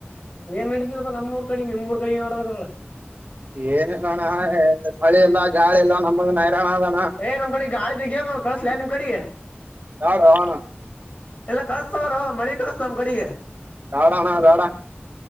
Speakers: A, on the left; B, on the right.
A: ಏನ್ ನಡತಿದದ ನಮ್ಮೂಊ ಕಡೆಿಗೆ ನಿಮ್ಮ್ೂ ಕಡೆ ನೋಡಬೇಕೋ
B: ಏನಲ್ಲೋಣ ಮಳಿ ಎಲ್ಲ ಗಾಳಿ ಎಲ್ಲ ನಮ್ಮದು ನೈರಾಣ ಆದ
A: ಏ ನಮ್ ಕಡೆ ಗಾಳಿ ಜಗ್ಯ ಕಳಸಲ ನಿಮ್ ಕಡೆಗೆ
B: ಬ್ಯಾಡ ಅಣ್ಣ
A: ಎಲ್ಲ ಕಾಸ್ತವಾರ ಮಳಿ ಕಸ್ತ್ ನಮ್ ಕಡೆಗೆ
B: ದಾಡಣ್ಣ ದಾಡ